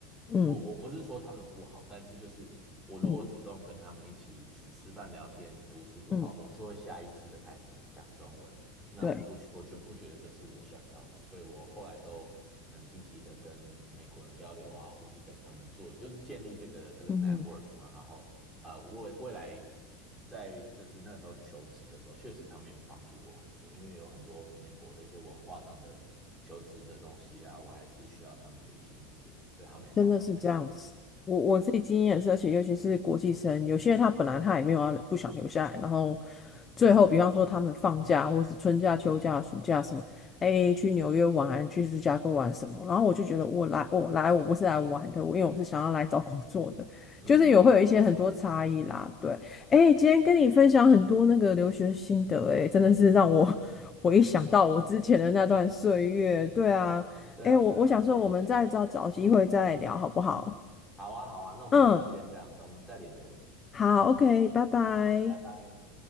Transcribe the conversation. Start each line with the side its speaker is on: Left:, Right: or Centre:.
Left: 嗯
Centre: 我我不是说他们不好，但是就是我如果主动跟他们一起去吃饭、
Left: 嗯
Centre: 聊天、读书的话，
Left: 嗯，
Centre: 我就会下意识的开始讲中文。那我不我就不觉得这是我想要的，
Left: 对。
Centre: 所以我后来都很积极的跟美国人交流啊，或是跟他们做，就是建立这个这个
Left: 嗯哼。
Centre: network 嘛。然后呃，未未来在就是那时候求职的时候，确实他们有帮助我很多，因为有很多美国的一些文化上的求职的东西啊，我还是需要他们的一些意见，所以他们也帮了我蛮多忙的。
Left: 真的是这样子。我我自己经验也是，
Centre: 对啊，对啊，
Left: 而且尤其是国际生，有些他本来他也没有要不想留下来，然后最后比方说他们放假或者是春假、秋假、暑假什么，哎，去纽约玩，去芝加哥玩什么，然后我就觉得我来我来我不是来玩的，我因为我是想要来找工作的，
Centre: 嗯，
Left: 就是有会有一些很多差异啦。
Centre: 没错没错，
Left: 对，哎，今天跟你分享很多那个留学心得，哎，真的是让我 <laughs> 回想到我之前的那段岁月。对啊。
Centre: 对啊对啊，
Left: 哎，我我想说，
Centre: 很有趣。
Left: 我们再找找机会再聊好不好？
Centre: 好啊好啊，那我们就先这样，
Left: 嗯，
Centre: 我们再联络。
Left: 好，OK，拜拜。
Centre: 啊，拜拜。